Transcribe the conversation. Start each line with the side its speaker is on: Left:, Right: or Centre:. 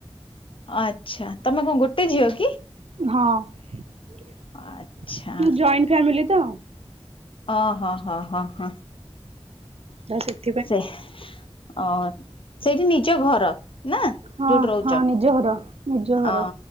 Left: ଆଛା ତମେ କଣ ଗୋଟେ ଝିଅ କି।
Right: ହଁ ଜଏଣ୍ଟ
Left: ଆଚ୍ଛା
Right: ମୁଁ ଫ୍ୟାମିଲି ତ।
Left: ଓ ହୋ ହ ହଁ ହଁ।
Right: ବସେ
Left: ସେଇ ସେଇଠି ନିଜ ଘର। ନା ଯୋଉଠି
Right: ହଁ
Left: ରହୁଛ
Right: ହଁ ନିଜ ଘର ନିଜ
Left: ଅ
Right: ଘର।